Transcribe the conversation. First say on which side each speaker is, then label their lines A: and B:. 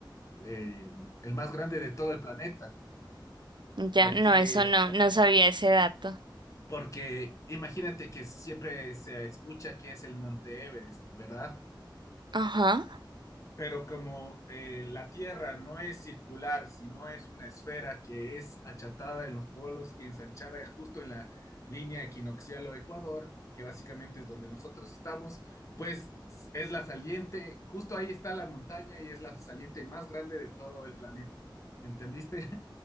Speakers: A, on the left; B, on the right.
A: el, el más grande de todo el planeta,
B: Ya,
A: porque,
B: no, eso no, no sabía ese dato.
A: porque imagínate que siempre se escucha que es el Monte Everest, ¿verdad?
B: Ajá.
A: Pero como eh, la Tierra no es circular, sino es una esfera que es achatada en los polos y ensanchada justo en la línea equinoccial o ecuador, que básicamente es donde nosotros estamos, pues es la saliente, justo ahí está la montaña y es la saliente más grande de todo el planeta. ¿Entendiste?